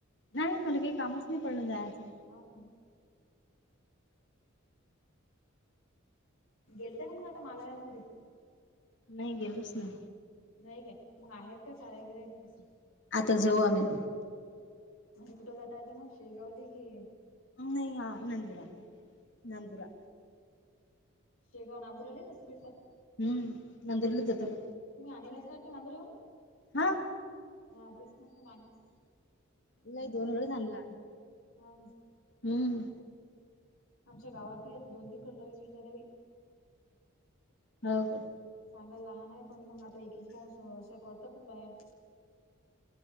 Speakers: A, on the left; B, on the left.
A: नाही मला काही कामच नाही पडलं जायचं.
B: हं म. गेलतय का मग आता मला नाही कुठे.
A: नाही गेलोस ना.
B: नाही काय मग आहेत का साड्या घिड्याची कसं.
A: आता जाऊ आम्ही.
B: म्हणजे कुठं जातय तर मग शेगावली की.
A: अ नाही का नंदुरा
B: तिकडे
A: नंदरा.
B: शेगाव नांदुरालाही मस्त भेटतात.
A: हम्म नंद्रल जातना.
B: तुम्ही आणल ना ते नागर येऊन.
A: हा.
B: हा तेच न मागे.
A: नाही
B: हम्म
A: दोन वेळे आणला
B: हम्म हा
A: हम्म.
B: आमच्या गावातही आता दोन तीन कटलरी्या सुरू झाल्या बाई.
A: हो तर.
B: सांगायला लहान आहे पण मग आता एकीच पाऊन अ असशा करतातच बाया.